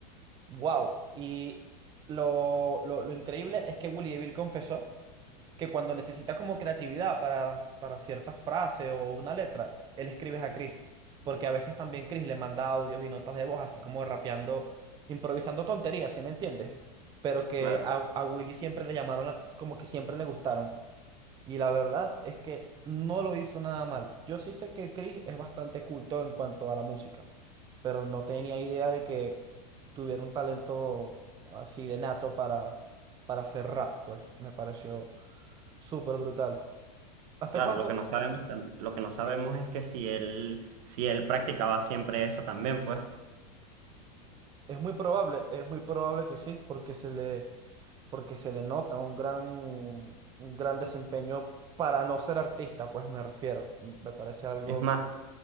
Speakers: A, on the right (about 20°); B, on the right (about 60°).
A: Wow. Y lo, lo, lo increíble es que Willy DeVille confesó que cuando necesita como creatividad para, para cierta frase o una letra, él escribe a Chris. Porque a veces también Chris le manda audios y notas de voz, así como rapeando, improvisando tonterías, ¿sí me entiendes? Pero que
B: Claro,
A: a, a Willy siempre le llamaron, la- como que siempre le gustaron. Y la verdad es que no lo hizo nada mal. Yo sí sé que Chris es bastante culto en cuanto a la música, pero no tenía idea de que tuviera un talento así de nato para, para hacer rap, pues me pareció súper brutal. ¿Hace
B: claro,
A: cuánto?
B: lo que no sabemos tam- lo que no sabemos es que si él, si él practicaba siempre eso también, pues.
A: Es muy probable, es muy probable que sí, porque se le, porque se le nota un gran, un gran desempeño para no ser artista, pues me refiero. Me parece algo.
B: Es más,